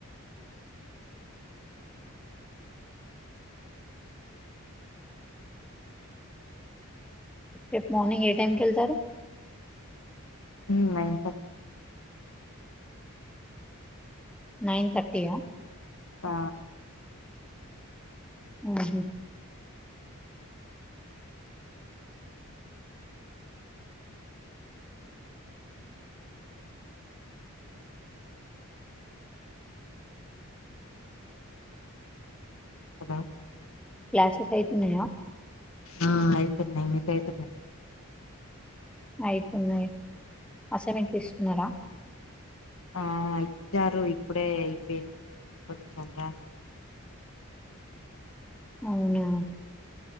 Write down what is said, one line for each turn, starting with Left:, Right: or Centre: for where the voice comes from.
Centre: రేపు మార్నింగ్ ఏ టైం కెళ్తారు
Left: ఊ నైన్ థర్టీ
Centre: నైన్ తర్టీ ఆ
Left: ఆ
Centre: అహా
Left: అనా
Centre: క్లాసెస్ అయితున్నాయా
Left: ఆ అయితున్నాయి మీకు అయితున్న
Centre: అయితున్నాయి అసైన్మెంట్స్ ఇస్తున్నారా
Left: ఆ ఇచ్చారు ఇప్పుడే అయిపోయింది కొంచెం రాసి
Centre: అవునా